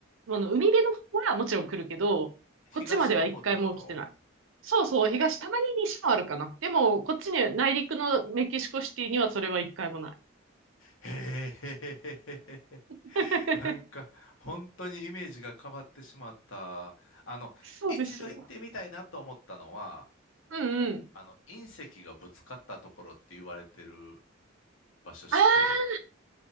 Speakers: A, on the right; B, on the left.
A: の、海辺の方はもちろん来るけど、
B: 東の方ってこと
A: こっちまでは一回も来てない。そうそう、東、たまに西もあるかな。でも、こっちに、内陸のメキシコシティにはそれは一回もない。
B: へえ。
A: <laughs>
B: なんか本当にイメージが変わってしまった。あの、
A: そうでしょ
B: 一度行ってみたいなと思ったのは、
A: う。うんうん。
B: あの隕石がぶつかったところって言われてる場所知ってる
A: ああ